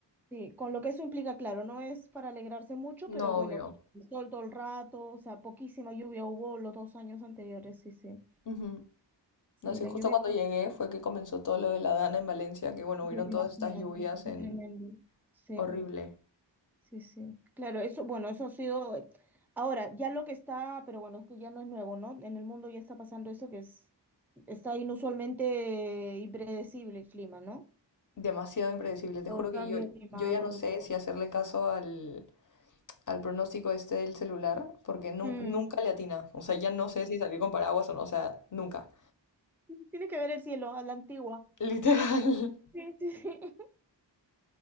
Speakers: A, in the centre; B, on the left (about 45°).
A: Sí, con lo que eso implica, claro, no es para alegrarse mucho,
B: No,
A: pero bueno,
B: obvio.
A: que el sol todo el rato, o sea, poquísima lluvia hubo los dos años anteriores, sí, sí.
B: Ujú.
A: Sí,
B: No sé,
A: la
B: justo
A: lluvia,
B: cuando llegué fue que comenzó todo lo de la Dana en Valencia, que bueno, hubieron
A: ya me
B: todas
A: imagino,
B: estas lluvias
A: fue
B: en...
A: tremendo. Sí,
B: Horrible.
A: sí, sí. Claro, eso, bueno, eso ha sido. eh, Ahora, ya lo que está, pero bueno, es que ya no es nuevo, ¿no? En el mundo ya está pasando eso que es, está inusualmente impredecible el clima, ¿no?
B: demasiado impredecible. Te
A: Por
B: juro
A: el cambio
B: que yo,
A: climático
B: yo ya no sé
A: y todo.
B: si hacerle caso al, al pronóstico este del celular, porque nu-
A: Mm.
B: nunca le atina. O sea, ya no sé si salir con paraguas o no, o sea, nunca.
A: Tiene que ver el cielo, a la antigua.
B: <laughs> Literal.
A: Sí, sí, sí.